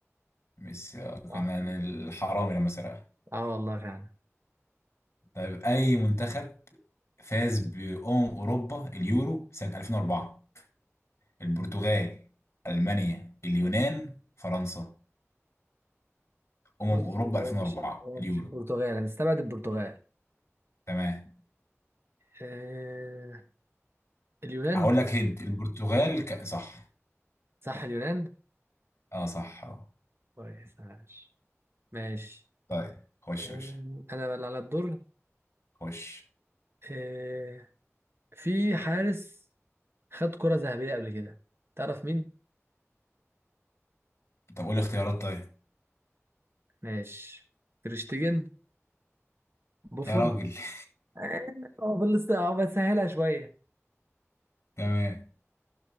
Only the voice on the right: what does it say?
صح
اه والله فعلا
بص
هو
مش هو
مش البرتغال هنستبعد البرتغال
إيه اليونان
صح اليونان
كويس ماشي ماشي
أم،
انا بقى اللي على الدور
إيه في حارس خد كرة ذهبية قبل كده تعرف مين؟
ماشي تريشتيجن بوفون
<laughs> هو بلس هو بسهلها شويه